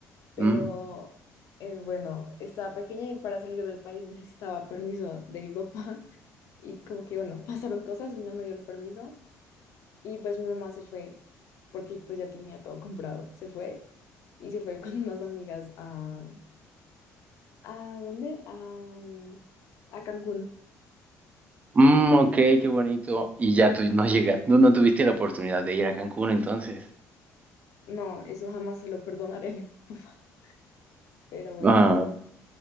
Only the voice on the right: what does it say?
Mm.
Mm, ok, qué bonito. Y ya tú no llegaste, no, no tuviste la oportunidad de ir a Cancún entonces.
Ah,